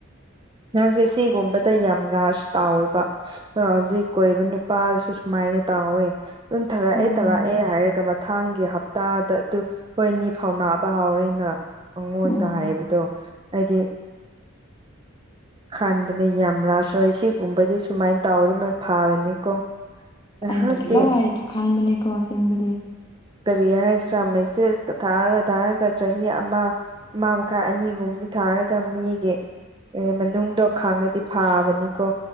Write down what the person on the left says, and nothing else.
ꯎꯝ
ꯎꯝ
ꯑꯩꯅ ꯂꯣꯏ ꯊꯣꯛꯍꯟꯕꯅꯦꯀꯣ ꯑꯁꯦꯡꯕꯗꯤ